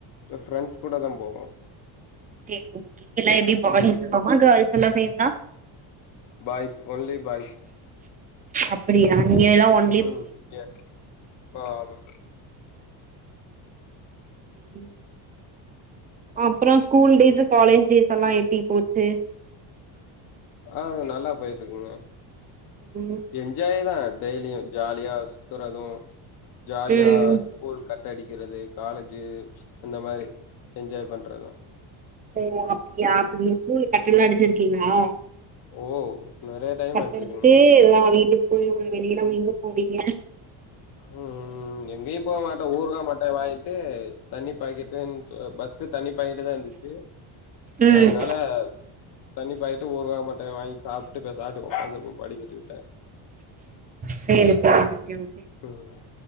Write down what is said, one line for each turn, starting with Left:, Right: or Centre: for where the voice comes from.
Left: ஃப்ரெண்ட்ஸ் கூட தா போவோ
Right: ஓகே ஓகே எல்லா எப்டி பைய்ஸ்ல்லாமா
Left: ம்
Right: ஹேல்ஸ் எல்லா சேந்தா
Left: பாய்ஸ் ஒன்லி பாய்ஸ்
Right: அப்படியா நீங்க எல்லா ஒன்
Left: ம் எஸ் ஆமா
Right: ம் அப்பற ஸ்கூல் டேஸ் காலேஜ் டேஸ் எல்லா எப்டி போச்சு
Left: அ நல்லா போயிட்ருக்குங்க
Right: ம்
Left: என்ஜாய் தா டெய்லியு ஜாலியா சுத்துறது ஜாலியா
Right: ம்
Left: ஸ்கூல் கட்ட அடிக்கிறது காலேஜு இந்த மாரி என்ஜாய் பண்றதுதா
Right: ஓ அப்டியா அப்ப நீங்க ஸ்கூல் கட்டலா
Left: ம்
Right: அடிச்சிருக்கீங்ளா
Left: ஓ நெறைய டைம்
Right: கட்டு
Left: அடிச்சுக்குங்க
Right: அடிச்சுட்டு எல்லா வீட்டுக்கு போய் வெளியலா எங்க போறீங்க
Left: ம்ம் ம் எங்கயு போக மாட்ட ஊருகா மட்ட வாங்கிட்டு தண்ணி பாக் கெட்டு ஃபர்ஸ்ட்டு தண்ணி பாக்கெட்டுதா இருந்து து
Right: ம்
Left: அதனால தண்ணி பாக்கெட்டு ஊருகா மாட்ட வாங்கி சாப்ட்டு பெசாட்டு உக்காந்துருக்கனு படுக்குறதுக்கு தா
Right: செரி செரி ஓகே ஓகே
Left: ம்